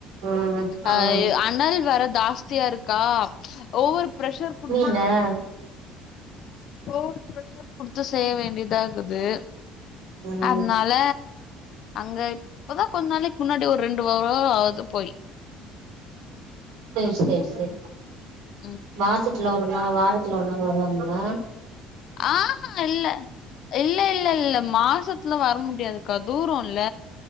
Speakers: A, on the right; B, on the left.
A: ம்
B: அ
A: ம்
B: அனல் வரது ஜாஸ்தியாயிருக்கா ஓவர் பிரெஷர் குடுத்
A: லா
B: ஓவர் பிரெஷர் குடுத்து செய்ய வேண்டியதாகுது
A: ம்
B: அனால அங்க இப்பதா கொஞ்ச நாளிக்கு முன்னாடி ஒரு ரெண்டு வாரோ ஆகுது போய்
A: சேரி செரி செரி
B: ம்
A: மாசத்து ல ஒரு நாள் வாரத்துல ஒரு நாள் வருவாங்கல
B: ஆஹா இல்ல இல்லயில்லயில்ல மாசத்துல வ வர முடியாதுக்கா தூரோயில்ல